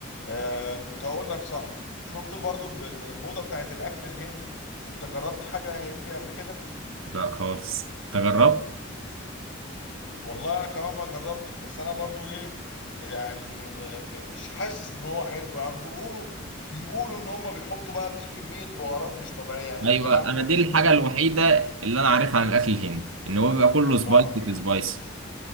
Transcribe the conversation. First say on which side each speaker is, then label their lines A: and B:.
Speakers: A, on the left; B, on the right.
A: آه كنت هقول لك صح شفت برضو ال- ال- الموضة بتاعت الأكل الهندي أنت جربت حاجة هندي قبل كده؟
B: لا خالص تجربت
A: والله أنا كمان ما جربتش بس أنا برضو إيه يعني م- مش حاسس إن هو حلو يعني بيقولوا بيقولوا إن هم بيحطوا بقى فيه كمية بهارات مش طبيعية يعني
B: ايوه
A: الجماعة بتوع
B: انا
A: الهند
B: دي الحاجه
A: دول
B: الوحيده اللي انا عارفها عن الاكل الهندي ان هو بيبقى كله سبايسي
A: آه
B: في سبايسي